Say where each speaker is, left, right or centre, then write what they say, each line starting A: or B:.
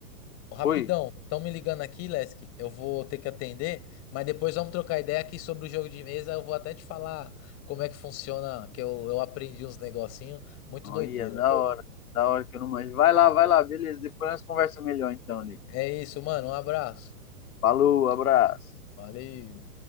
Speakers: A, on the left; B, on the left.
A: rapidão,
B: Oi,
A: estão me ligando aqui, Lesk. Eu vou ter que atender, mas depois vamos trocar ideia aqui sobre o jogo de mesa. Eu vou até te falar como é que funciona, que eu, eu aprendi uns negocinhos. Muito
B: olha,
A: doideira.
B: da hora, da hora que eu não manjo. Vai lá, vai lá, beleza. Depois nós conversamos melhor então, Lico.
A: É isso, mano. Um abraço.
B: Falou, abraço.
A: Valeu.